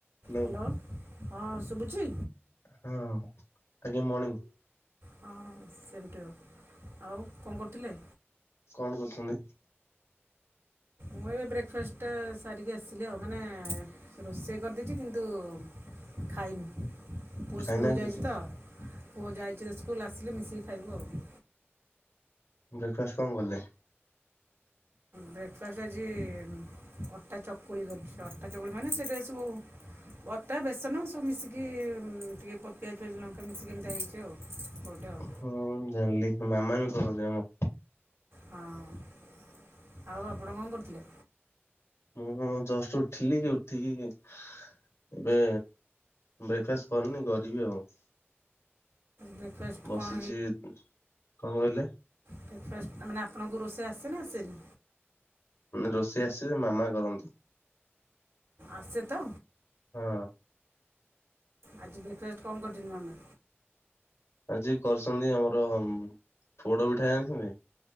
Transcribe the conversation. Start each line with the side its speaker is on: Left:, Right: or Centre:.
Left: Hello
Right: hello, ହଁ ଶୁଭୁଛି।
Left: ହଁ, ଆଜ୍ଞା ମଣିଂ।
Right: ହଁ, ସେମ ଟୁ ୟୁ ଆଉ, ଆଉ କଣ କରୁଥିଲେ?
Left: କଣ କରୁଚନ୍ତି?
Right: ମୁଁ ଏବେ ବ୍ରେକଫାଷ୍ଟ୍ ଟା ସାରିକି ଆସିଲି ଆଉ ମାନେ ରୋଷେଇ କରିଦେଇଚି କିନ୍ତୁ ଖାଇନି। ପୁଅ
Left: ଖାଇନାହାନ୍ତି
Right: ସ୍କୁଲ୍ ଯାଇଚି ତ ପୁଅ ଯାଇଚି ତ ସ୍କୁଲ୍ ଆସିଲେ ମିଶିକି ଖାଇବୁ ଆଉ।
Left: ବ୍ରେକଫାଷ୍ଟ୍ କଣ କଲେ?
Right: ବ୍ରେକଫାଷ୍ଟ୍ ଆଜି ଅଟା ଚକୁଳି କରିଚି ଅଟା ଚକୁଳି ମାନେ ସେଇଥିରେ ସବୁ ଅଟା, ବେସନ ସବୁ ମିଶିକି ଟିକେ ପ-ପିଆଜ ଫିଆଜ ଲଙ୍କା ମିଶିକି ଏମିତିଆ ହେଇଚି ଆଉ ଗୋଟେ। ଆଉ
Left: ହଁ- ମୁଁ ଜାଣିଲି ମାମା ବି କରନ୍ତି ଆମ
Right: ହଁ-ଆଉ ଆପଣ କଣ କରୁଥିଲେ?
Left: ମୁଁ ଜଷ୍ଟ୍ ଉଠିଲି ଉଠିକି ଏବେ ବ୍ରେକଫାଷ୍ଟ୍ କରିନି କରିବି ଆଉ।
Right: ବ୍ରେକ୍ଫାଷ୍ଟ
Left: ବସିଚି-କଣ
Right: କଣ
Left: କହିଲେ?
Right: ବ୍ରେକଫାଷ୍ଟ୍ ଆ- ମାନେ ଆପଣଙ୍କୁ ରୋଷେଇ ଆସେ ନା ଆସେନି?
Left: ରୋଷେଇ ଆସେ ଯେ ମାମା କରନ୍ତି।
Right: ଆସେ ତ?
Left: ହଁ।
Right: ଆଜି ବ୍ରେକଫାଷ୍ଟ୍ କଣ କରିଚନ୍ତି ମାମା?
Left: ଆଜି କରିଚନ୍ତି ଆମର ପୋଡ ପିଠା ଜାଣିଚନ୍ତି?